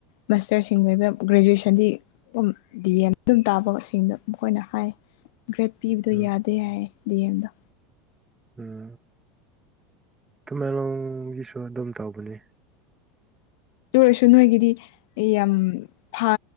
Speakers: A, on the left (about 60°); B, on the right (about 20°).
A: ꯃꯁꯇꯔꯁꯤꯡ ꯑꯣꯏꯕ ꯒ꯭ꯔꯦꯖꯨꯋꯦꯁꯟꯗꯤ ꯗꯤꯦꯝ ꯑꯗꯨꯝ ꯇꯥꯕꯁꯤꯡꯗꯣ ꯃꯈꯣꯏꯅ ꯍꯥꯏ ꯒ꯭ꯔꯦꯗ ꯄꯤꯕꯗꯣ
B: ꯎꯝ
A: ꯌꯥꯗꯦ ꯍꯥꯏ ꯌꯦꯟꯗ
B: ꯎꯝ ꯇꯨꯃꯦꯂꯣꯡꯒꯤꯁꯨ ꯑꯗꯨꯝ ꯇꯧꯕꯅꯦ
A: ꯂꯣꯏꯔꯁꯨ ꯅꯣꯏꯒꯤꯗꯤ ꯌꯥꯝ ꯐ